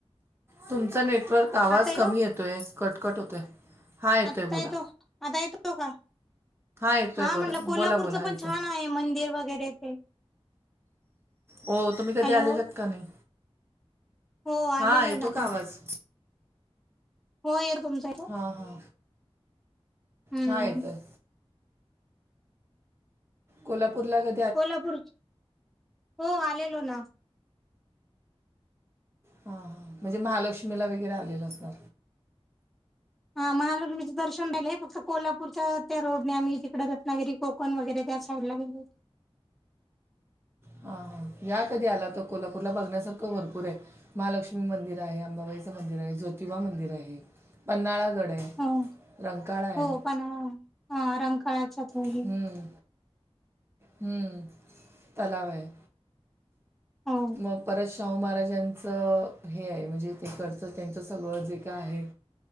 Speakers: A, on the right; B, in the centre.
A: तुमचा नेटवर्क आवाज
B: आता येतो
A: कमी येतोय कटकट होतोय हा येतोय
B: आता
A: बोला
B: येतो आता तो का बघा.
A: येतोय
B: हा
A: बोला
B: म्हटलं कोल्हापूरचं
A: बोला बोला
B: पण
A: येतो
B: छान आहे मंदिर वगैरे ते
A: हो तुम्ही कधी
B: हॅलो
A: आलेलात का नाही?
B: हो आलेलो
A: हा येतो
B: ना
A: का आवाज.
B: हो येर तुमचं
A: हा हा
B: हम्म
A: हा येतो येतो. कोल्हापूरला ग
B: कोल्हापूर हो आलेलो ना
A: हा हा म्हणजे महालक्ष्मीला वगैरे आलेलं सर
B: हा महालक्ष्मीचं दर्शन राहिलंय फक्त कोल्हापूरच्या त्या रोडने आम्ही तिकडे रत्नागिरी को कोण वगैरे त्या साईड ला गेलो होतो,
A: हा ह् या कधी आला तर कोल्हापूरला बघण्यासारखं भरपूर आहे महालक्ष्मी मंदिर आहे अंबाबाईचं मंदिर आहे ज्योतिबा मंदिर आहे पन्हाळा गड आहे,
B: हो
A: रंकाळा आहे
B: हो पण रंकाळा च्या खोलीत
A: हम्म, हम्म तलाव आहे.
B: हो
A: मग परश्. शाहू महाराजांचं हे आहे म्हणजे तिकडंच त्यांचं सगळं जे काय आहे.